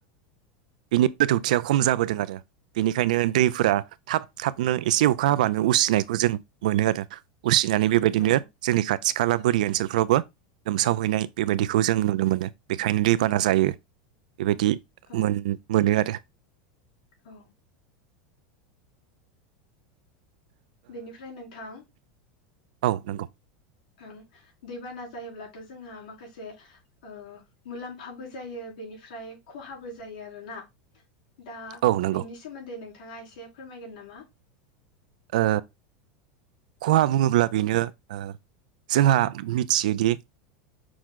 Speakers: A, on the right (about 80°); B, on the left (about 80°).
A: बिनि गोथौथिया खम जाबोदों आरो। बेनिखायनो दैफोरा थाब थाबनो एसे अखा हाबानो उसिनायखौ जों मोनो आरो। उसिनानै बेबायदिनो
B: औ
A: जोंनि खा थि खाला बोरि ओनसोलफ्रावबो लोमसावहैनाय बेबायदिखौ जों नुनो मोनो, बेखायनो दै बाना जायो। बेबायदि
B: औ
A: मोन गारो
B: औ। बेनिफ्राय नोंथां
A: औ नोंगौ
B: ओं दैबाना जायोब्लाथ' जोंहा माखासे ओ मुलाम्फाबो जायो बेनिफ्राय खहाबो जायो आरोना। दा
A: औ नंगौ
B: बेनि सोमोन्दै नों थाङा एसे फोरमायगोन नामा?
A: ओ खहा बुङोब्ला बेनो ओ जोंहा मिथियोदि